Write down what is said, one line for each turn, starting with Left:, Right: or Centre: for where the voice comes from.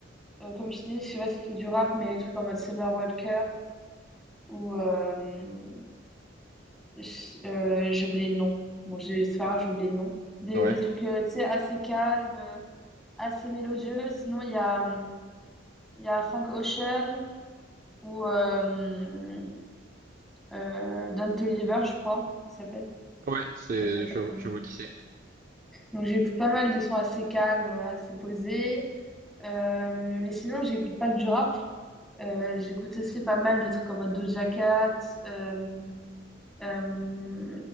Centre: euh, comme je dis, je sais pas si c'est du rap, mais des trucs en mode Summer Walker ou euh, je- euh, j'ai oublié le nom. Bon, j'ai c'est pas grave, j'ai oublié le nom. Des,
Right: ouais,
Centre: des trucs, euh, tu sais, assez calmes, euh, assez mélodieux. Sinon, il y a, euh, il y a Frank Ocean ou euh, euh, Don Toliver, je crois, il s'appelle.
Right: ouais, c'est,
Centre: Je retiens pas
Right: je,
Centre: trop le
Right: je
Centre: nom.
Right: vois qui c'est.
Centre: Donc, j'écoute pas mal des sons assez calmes, euh, assez posés. Euh, mais sinon, j'écoute pas que du rap. Euh, j'écoute aussi pas mal des trucs en mode Doja Cat. euh, euh,